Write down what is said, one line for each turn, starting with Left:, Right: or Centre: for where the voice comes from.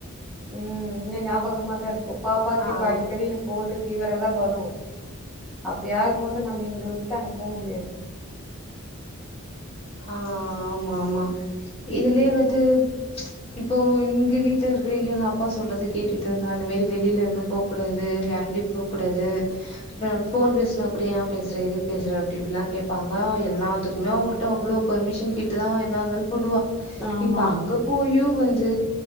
Centre: ம் இங்க ஞாபகமாதாருக்கு பாப்பாக்கு
Left: ஆ
Centre: இப்ப அடிக்கடி எனக்கு கோல்டு ஃபீவரல்லா வரு அப்படி ஆகு போது நம்ம இங்க விட்டுட்டு அங்க போ முடியாது
Left: ஆ ஆமா ஆமா இதுலே வது இப்போ எங்க வீட்லருக்கு எங்க அப்பா சொல்றது கேட்டுட்டு இருந்தா அந்த மேரி வெளில எங்கயு போக் கூடாது யாரு கூடயு போக்கூடாது இப்ப நா ஃபோன் பேசுனா கூட ஏ பேஸ்றே எதுக்கு பேஸ்ற அப்டி இப்படிலா கேப்பாங்க எல்லாத்துக்குமே அவுங்க ட்ட அவ்ளோ பர்மிஷன் கேட்டுதா எதா இருந்தாலு பண்ணுவா
Centre: ஆமா
Left: இப்ப அங்க போயு வந்து